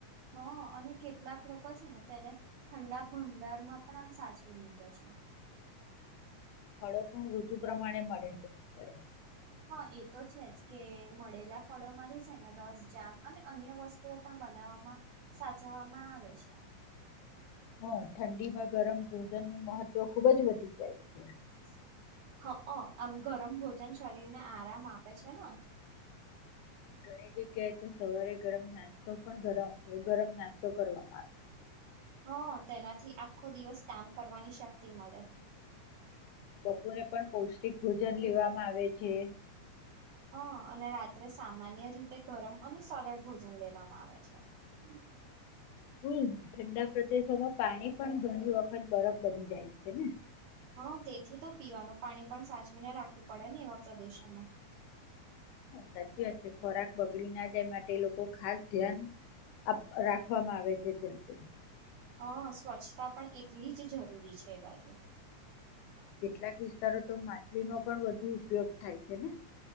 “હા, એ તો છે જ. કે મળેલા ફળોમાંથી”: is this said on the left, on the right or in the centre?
Right